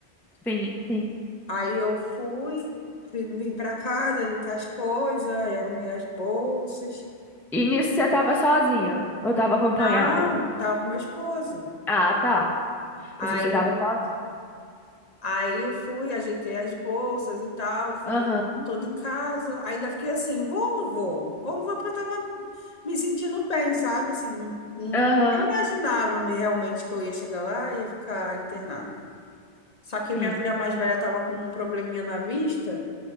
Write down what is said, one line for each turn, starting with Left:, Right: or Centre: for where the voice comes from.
Centre: sim, sim.
Left: Aí eu fui, vim vim pra casa, ajeitar as coisas, aí arrumei as bolsas.
Centre: E nisso você tava sozinha? Ou tava acompanhada?
Left: Não, tava com meu esposo.
Centre: Ah, tá. Pensei
Left: Aí
Centre: que você tava sozinha.
Left: Aí eu fui, ajeitei as bolsas e tal, fiquei
Centre: Aham,
Left: toda em casa. Ainda fiquei assim, vou ou não vou? Vou ou não vou? Porque eu tava me sentindo bem, sabe? Assim, não, não
Centre: aham,
Left: imaginava me realmente que eu ia chegar lá e ia ficar internada. Só que minha
Centre: sim.
Left: filha mais velha estava com um probleminha na vista